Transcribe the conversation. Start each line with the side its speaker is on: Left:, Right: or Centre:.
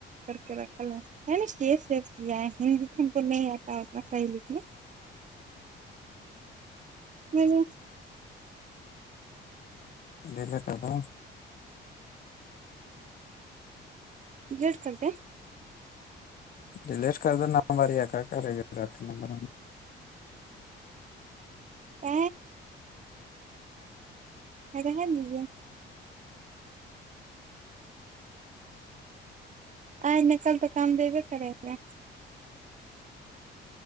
Right: کر کے رکھا ل کیس س کیا ہے ہندی تو ہم کو نہیں آتا اتنا صحیح لکھنے نہیں
Left: ڈیل کر دو
Right: جیٹ کرنتے
Left: ڈیلیٹ کر ن باری آ کرا کر رکھنا
Right: ا اگرا ہے نہیں جے آئ ن کل تو کام دبے کریں گا